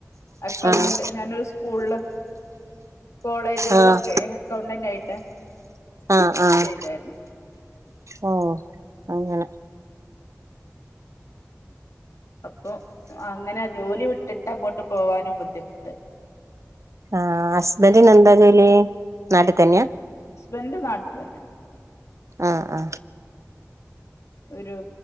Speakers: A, on the left (about 70°); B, on the right (about 65°).
A: അക്കൗണ്ട്
B: ആഹ്
A: ഞാനൊരു സ്കൂള് കോളേജുകളിലൊക്കെ
B: ആഹ്
A: അക്കൗണ്ടന്റ് ആയിട്ട്
B: ആഹ് ആഹ്
A: ചെയ്തായിരുന്നു
B: ഓ അങ്ങനെ
A: അപ്പൊ അങ്ങനെ ജോലി വിട്ടിട്ട് അങ്ങോട്ട് പോവാനും ബുദ്ധിമുട്ട്
B: ആഹ് ഹസ്ബന്റിന് എന്താ ജോലി നാട്ടിൽ തന്നെയാ
A: ഹസ്ബൻഡ് നാട്ടിൽ തന്നെ
B: ആഹ് ആഹ്
A: ഒരു